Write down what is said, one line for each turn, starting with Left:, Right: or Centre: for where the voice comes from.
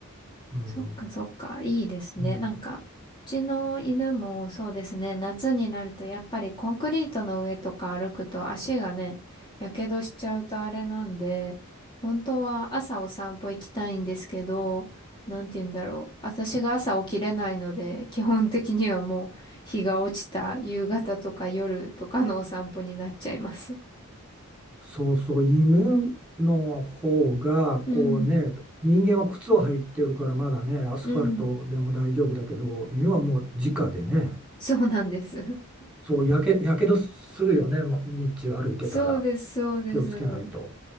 Centre: う、うん
Left: そっかそっか、いいですね。
Centre: うん
Left: なんか、うちの犬もそうですね、夏になるとやっぱりコンクリートの上とか歩くと足がね、やけどしちゃうとあれなんで、本当は朝お散歩行きたいんですけど、なんて言うんだろう。私が朝起きれないので、基本的にはもう日が落ちた夕方とか夜とかのお散歩になっちゃいます。
Centre: そうそう、犬の方が、こうね、
Left: うん、
Centre: 人間は靴を履いてるからまだね、アスファルトでも大丈夫だけど、
Left: うん、
Centre: 犬はもう直でね、
Left: そうなんです。<laughs>
Centre: そう、やけ、やけどするよね、もう日中歩いてたら。
Left: そうです、そうです。
Centre: 気をつけないと。